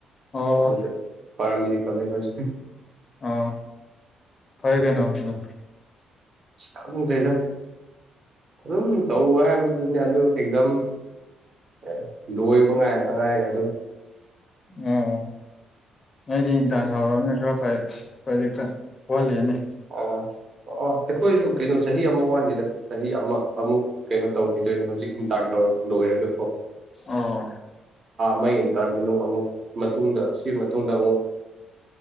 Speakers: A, on the left (about 35°); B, on the right (about 40°).
A: ꯑꯣ
B: ꯑꯗꯨꯗ ꯄꯔꯥꯃꯦꯦꯗꯤꯀꯦꯜꯁ
A: ꯑ ꯐ ꯀꯩꯅꯣ ꯑꯗꯨꯗ
B: ꯀꯥꯃ ꯆꯗ ꯑꯗꯨꯝ ꯇꯧꯕ ꯍꯥꯏꯕꯗꯨꯅꯦ ꯑꯗꯨ ꯑꯦꯛꯖꯥꯝ ꯑꯦ ꯂꯣꯏꯕ ꯉꯥꯏꯔꯛꯇ ꯉꯥꯏꯔꯦ ꯑꯗꯨꯝ
A: ꯑꯣ ꯅꯗꯤ ꯏꯟꯗꯥꯥꯡ ꯁꯥꯎꯔꯛꯑꯕꯅ ꯈꯔ ꯐꯗꯤ ꯈꯔ ꯋꯥꯜꯂꯤꯅꯦ
B: ꯑꯣ ꯑꯣ ꯑꯣ ꯑꯩꯈꯣꯏꯁꯨ ꯀꯩꯅꯣ ꯆꯍꯤ ꯑꯃ ꯋꯥꯠꯂꯤꯗ ꯆꯍꯤ ꯑꯃ ꯑꯃꯨꯛ ꯀꯩꯅꯣ ꯇꯧꯈꯤꯗꯣꯏꯅꯦ ꯍꯧꯖꯤꯛ ꯏꯟꯇꯥꯔꯟ ꯇꯧꯔ ꯂꯣꯏꯔꯒꯦꯀꯣ
A: ꯑꯣ
B: ꯃꯩ ꯏꯟ ꯇ ꯑꯃꯨꯛ ꯃꯇꯨꯡꯗ ꯁꯤ ꯃꯇꯨꯡꯗ ꯑꯃꯨꯛ